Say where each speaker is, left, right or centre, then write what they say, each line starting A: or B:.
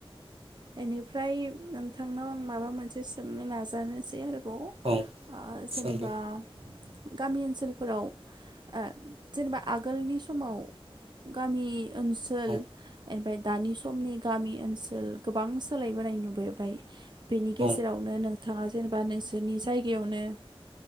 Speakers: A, on the right (about 50°); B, on the right (about 75°).
A: एनि फ्राय नोंथांनाव आं माबा मोनसे सोंनो नाजानोसै आरो खौ
B: औ
A: ओ जेनेबा
B: सोंदों
A: बा गामि ओनसो ओनसोलफोराव ओ जेनेबा आगोलनि समाव गामि ओनसोल
B: औ
A: एनिफ्राय दानि समनि गामि ओनसोल गोबां सोलायबोनाय नुबोबाय बेनि गेजेरावनो
B: औ
A: नोंथाङा जेनेबा नोंसोरनि जायगायावनो